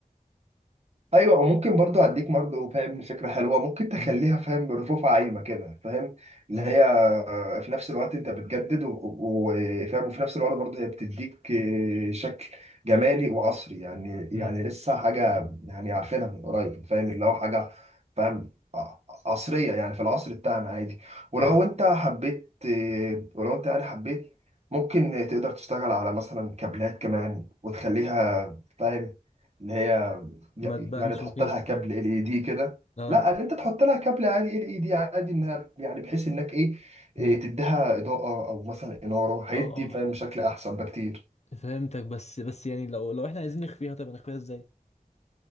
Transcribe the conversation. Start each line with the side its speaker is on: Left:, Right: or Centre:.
Right: ايوه وممكن برضو اديك برضو فاهم فكره حلوه ممكن تخليها
Left: مم.
Right: فاهم برفوف عايمه كده فاهم اللي
Left: مم.
Right: هي آه، في نفس الوقت انت بتجدد و- و- وفاهم وفي نفس الوقت برضو هي بتديك آه، شكل جمالي وعصري يعني يعني
Left: مم.
Right: لسه حاجه يعني عارفينها من قريب فاهم اللي هو حاجه فاهم ع- عصريه يعني في العصر بتاعنا عادي ولو
Left: فاهم
Right: انت حبيت آه، ولو انت يعني حبيت ممكن تقدر تشتغل على مثلا كابلات كمان وتخليها فاهم اللي هي
Left: ما تبانش
Right: يعني تحط
Left: وكده
Right: لها كابل ال اي دي كده
Left: اه
Right: لا ان انت تحط لها كابل عادي ال اي دي عادي انها يعني بحيث انك ايه, إيه
Left: مم.
Right: تديها اضاءه او مثلا اناره هيدي
Left: اه اه
Right: فاهم شكل احسن بكتير
Left: فهمتك بس بس يعني لو لو احنا عايزين نخفيها طب نخفيها ازاي